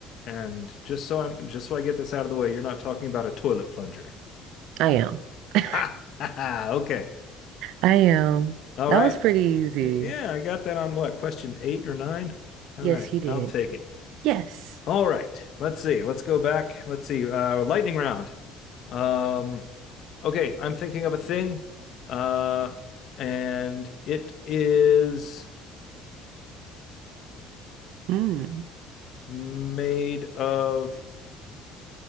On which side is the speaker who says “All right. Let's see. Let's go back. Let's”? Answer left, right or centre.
Left